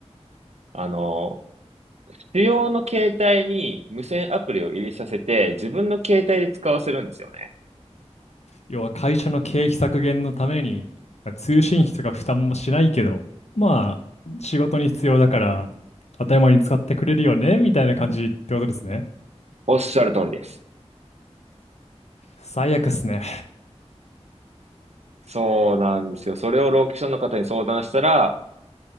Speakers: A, on the right (about 70°); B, on the left (about 70°).
A: あの、主要の携帯に無線アプリを入れさせて、自分の携帯で使わせるんですよね。
B: 要は会社の経費削減のために、通信費とか負担もしないけど、まあ、仕事に必要だから、当たり前に使ってくれるよね、みたいな感じってことですね。
A: おっしゃる通りです。
B: 最悪っすね。
A: そうなんですよ。それをローキションの方に相談したら、